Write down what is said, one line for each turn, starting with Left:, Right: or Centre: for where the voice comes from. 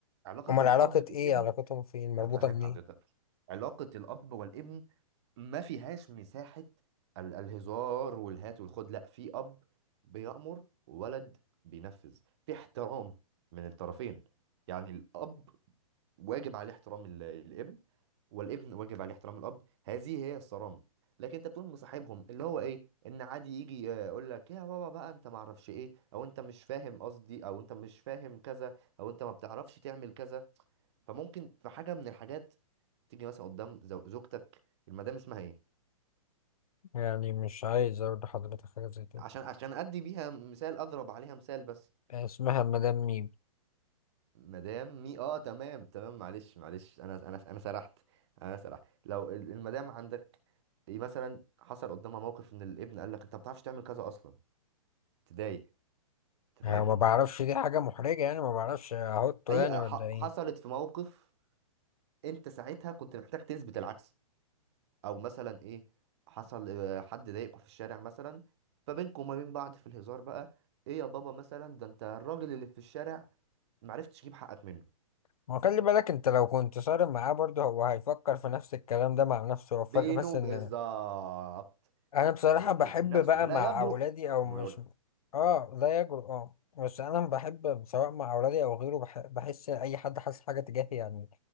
Right: علاقة
Left: امال
Right: الأب
Left: علاقة
Right: بالابن
Left: ايه علاقتهم فين مربوطة
Right: هفهم
Left: منين
Right: حضرتك علاقة الأب والابن ما فيهاش مساحة ال- الهزار والهات والخد لا في أب بيأمر وولد بينفذ في احترام من الطرفين يعني الأب واجب عليه احترام ال- الابن والابن واجب عليه احترام الأب هذه هي الصرامة لكن انت تقوم مصاحبهم اللي هو ايه ان عادي يجي آه، يقول لك يا بابا بقى انت ما اعرفش ايه او انت مش فاهم قصدي او انت مش فاهم كذا او انت ما بتعرفش تعمل كذا فممكن في حاجه من الحاجات تيجي مثلا قدام زو- زوجتك المدام اسمها ايه
Left: يعني مش عايز اقول لحضرتك حاجة زي كده
Right: عشان عشان ادي بيها مثال اضرب عليها مثال بس
Left: اسمها مدام ميم
Right: مدام مي اه تمام تمام معلش معلش انا انا انا سرحت انا سرحت لو ال- المدام عندك إيه مثلا حصل قدامها موقف ان الابن قال لك انت ما بتعرفش تعمل كذا اصلا تضايق انت
Left: أنا
Right: فاهمني
Left: ما بعرفش دي حاجة محرجة يعني ما بعرفش احطه
Right: اي
Left: يعني ولا
Right: ح-
Left: ايه
Right: حصلت في موقف انت ساعتها كنت محتاج تثبت العكس او مثلا ايه حصل آه، حد ضايقكوا في الشارع مثلا فبينكم وما بين بعض في الهزار بقى ايه يا بابا مثلا ده انت الراجل اللي في الشارع معرفتش تجيب حقك منه
Left: ما خلي بالك انت لو كنت صارم معاه برضه هو هيفكر في نفس الكلام ده مع نفسه هو الفرق
Right: بينه
Left: بس ان
Right: بالظبط
Left: انا بصراحة
Right: بينه
Left: بحب
Right: وبين نفسه
Left: بقى
Right: لا
Left: مع
Right: يجرؤ
Left: اولادي او
Right: انه
Left: مش
Right: يقولها
Left: اه لا يجرؤ اه بس انا بحب سواء مع اولادي او غيره بح... بحس اي حد حاسس حاجة تجاهي يعني